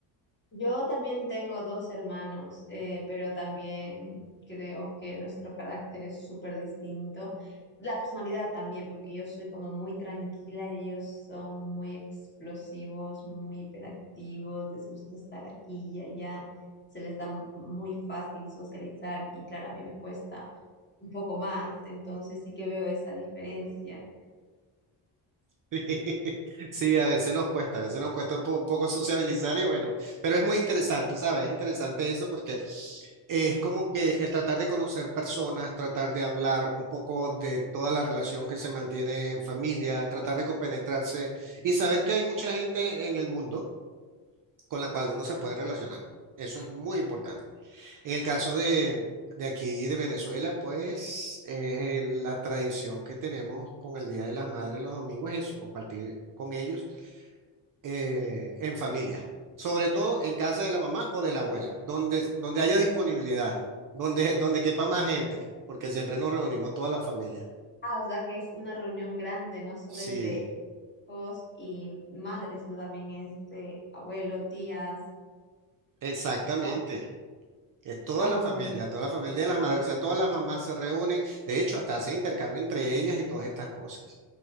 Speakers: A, on the left; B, on the right.
A: Yo también tengo dos hermanos, eh, pero también creo que nuestro carácter es súper distinto. La personalidad también, porque yo soy como muy tranquila y ellos son muy explosivos, muy hiperactivos, les gusta estar aquí y allá, se les da m- muy fácil socializar y claro, a mí me cuesta un poco más, entonces sí que veo esa diferencia.
B: <laughs> Sí, a veces nos cuesta, a veces nos cuesta un po- poco sociabilizar y bueno, pero es muy interesante, ¿sabes? Es interesante eso porque es como que el tratar de conocer personas, tratar de hablar un poco de toda la relación que se mantiene en familia, tratar de compenetrarse y saber que hay mucha gente en el mundo con la cual uno se puede relacionar. Eso es muy importante. En el caso de, de aquí, de Venezuela, pues eh, la tradición que tenemos con el Día de las Madres los domingos es eso, compartir con ellos eh, en familia, sobre todo en casa de la mamá o de la abuela, donde, donde haya disponibilidad, donde, donde quepa más gente, porque siempre nos reunimos toda la familia.
A: Ah, o sea que es una reunión grande, no solo
B: Sí,
A: es de hijos y madres, sino también es de abuelo, tías,
B: exactamente.
A: ¿no?
B: Es toda
A: Ah,
B: la familia,
A: bueno.
B: toda la familia de las madres, o sea, todas las mamás se reúnen, de hecho, hasta hacen intercambio entre ellas y todas estas cosas.